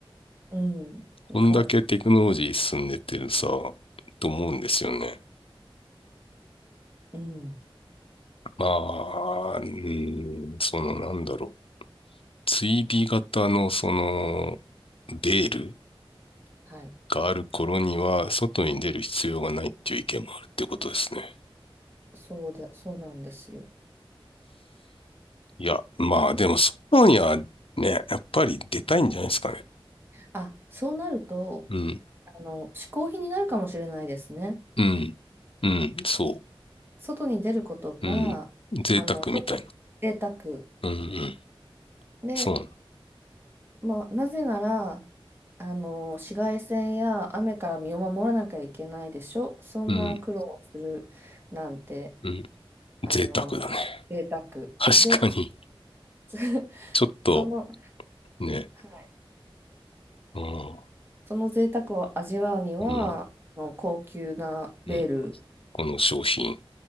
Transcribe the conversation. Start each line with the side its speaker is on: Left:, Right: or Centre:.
Right: うん、
Left: こんだけテクノロジー進んでってるさ、
Right: か、
Left: と思うんですよね。
Right: うん、
Left: まあ、うん、そのなんだろう。追尾型のその、ベール
Right: はい。
Left: がある頃には、外に出る必要がないっていう意見もあるっていうことですね。
Right: そうで、そうなんですよ。
Left: いや、まあでも、外にはね、やっぱり出たいんじゃないですかね。
Right: あ、そうなると、
Left: うん、
Right: あの、嗜好品になるかもしれないですね。
Left: うん、うん、そ
Right: 外に出ることが、
Left: う、うん、贅沢みたいな。
Right: あの、ちょっと贅沢。
Left: うん、うん、
Right: で
Left: そうなの、
Right: まあ、なぜなら、あの、紫外線や雨から身を守らなきゃいけないでしょ。そんな苦労をするなんて、
Left: うん、うん、
Right: あの、
Left: 贅沢だね。
Right: 贅沢
Left: 確かに、
Right: で、<laughs>
Left: ちょっと
Right: その、
Left: ね、
Right: はい、
Left: うん、う
Right: その贅沢を味わうには、
Left: ん、
Right: あの、高級なベール、
Left: うん、この商品